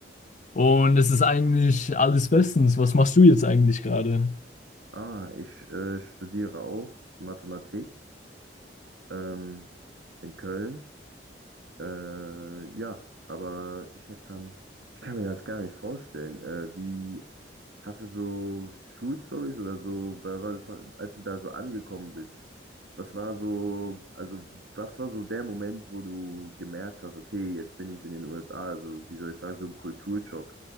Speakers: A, on the left (about 40°); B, on the right (about 70°).
A: Und es ist eigentlich alles bestens. Was machst du jetzt eigentlich gerade?
B: Ah, ich äh, studiere auch Mathematik ähm, in Köln. Äh, ja, aber ich hätte dann, ich kann mir das gar nicht vorstellen. Äh, wie, hast du so Schulstories oder so, wa- wa- wa- als du da so angekommen bist? Was war so, also was war so der Moment, wo du gemerkt hast, okay, jetzt bin ich in den USA, also wie soll ich sagen, so ein Kulturschock